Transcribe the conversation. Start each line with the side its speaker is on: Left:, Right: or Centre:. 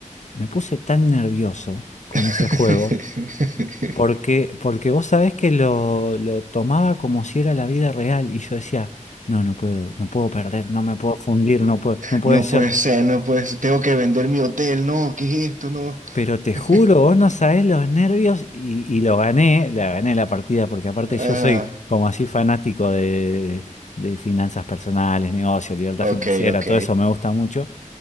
Left: Me puse tan nervioso con
Right: <laughs>
Left: ese juego porque, porque vos sabés que lo, lo tomaba como si era la vida real y yo decía, no, no puedo, no puedo perder, no me puedo fundir, no puedo, no puede
Right: No
Left: ser.
Right: puede ser, no puede ser. Tengo que vender mi hotel, no, ¿qué es esto? No.
Left: Pero te
Right: <laughs>
Left: juro, vos no sabés los nervios y, y lo gané, la gané la partida porque aparte
Right: Ah,
Left: yo soy como así fanático de, de finanzas personales, negocios, libertad
Right: ok,
Left: financiera,
Right: ok.
Left: todo eso me gusta mucho.